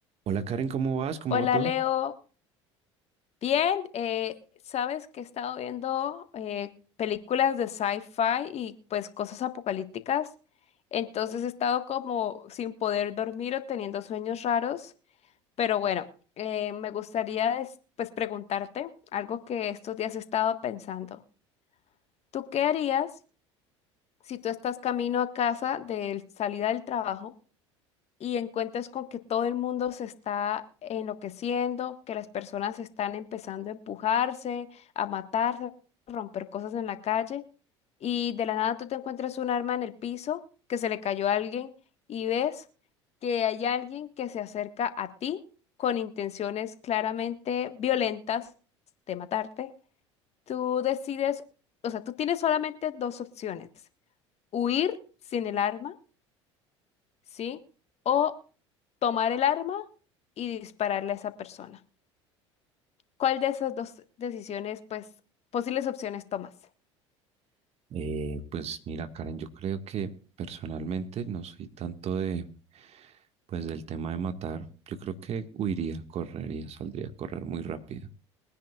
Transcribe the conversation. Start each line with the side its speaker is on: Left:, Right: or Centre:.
Right: Hola Karen, ¿cómo vas? ¿Cómo
Left: Hola
Right: va todo?
Left: Leo, bien, eh, sabes que he estado viendo eh, películas de sci-fi y pues cosas apocalípticas, entonces he estado como sin poder dormir o teniendo sueños raros, pero bueno, eh, me gustaría es- pues preguntarte algo que estos días he estado pensando. ¿Tú qué harías si tú estás camino a casa de salida del trabajo? y encuentras con que todo el mundo se está enloqueciendo, que las personas están empezando a empujarse, a matarse, a romper cosas en la calle, y de la nada tú te encuentras un arma en el piso que se le cayó a alguien y ves que hay alguien que se acerca a ti con intenciones claramente violentas de matarte. Tú decides, o sea, tú tienes solamente dos opciones, huir sin el arma, ¿sí? O tomar el arma y dispararle a esa persona. ¿Cuál de esas dos decisiones, pues, posibles opciones tomas?
Right: Eh, pues mira Karen, yo creo que personalmente no soy tanto de, pues del tema de matar. Yo creo que huiría, correría, saldría a correr muy rápido.